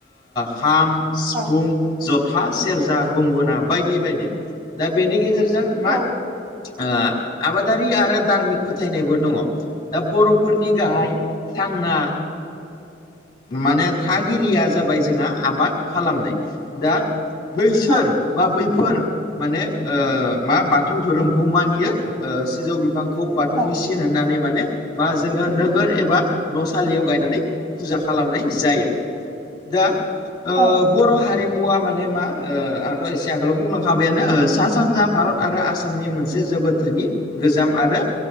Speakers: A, on the left; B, on the right.
A: खाम सिफुं,
B: औ
A: जथा, सेरजा, गंगना बायदि बायदि। दा बेनि गेजेरजों मा
B: औ
A: आ आबादारि आरो दार्मिक फोथायनायबो दङ। दा बर'फोरनि गाहाय थांना माने थागिरिया जाबाय जोंहा आबाद खालामनाय। दा बैसोर
B: औ
A: बा बैफोर माने मा बाथौ धोरोमखौ खौ मानियो सिजौ बि खौ बाथौनि
B: औ
A: सिन होननानै माने बा जोङो नोगोर एबा न थालियाव गायनानै फुजा खालामनाय जायो। दा
B: औ
A: बर' हारिमुवा माने मा। ओ आंथ' एसे आगोलाव बुंलांखाबायानो सा सानजा भारत आरो आसामनि मोनसे सासे जोबोथोनि गोजाम आरो